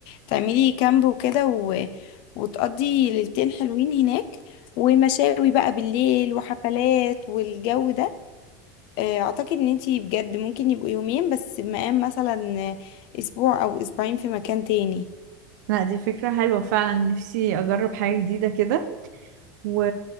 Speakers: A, on the left (about 55°); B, on the right (about 70°).
A: تعملي كامب وكده و... وتقضي ليلتين حلوين هناك ومشاوي بقى بالليل وحفلات والجو ده آه، اعتقد ان انت بجد ممكن يبقوا يومين بس مقام مثلا اسبوع او اسبوعين في مكان تاني
B: لا دي فكرة حلوة فعلا نفسي أجرب حاجة جديدة كده و